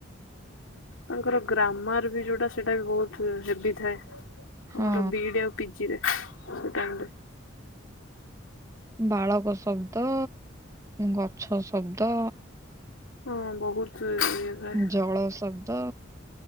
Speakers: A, on the left; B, on the right.
A: ତାଙ୍କର ଗ୍ରାମାର ବି ଯୋଉଟା ସେଟା ବି ବହୁତ ହେଭି ଥାଏ ଆମର
B: ହଁ
A: ବି ଇ ଡ଼ି ଆଉ ପିଜିରେ ସେ ଟାଇମ୍ ରେ।
B: ବାଳକ ଶବ୍ଦ ଗଛ ଶବ୍ଦ।
A: ହଁ ବହୁତ ଇଏ। ଥାଏ।
B: ଜଳ ଶବ୍ଦ।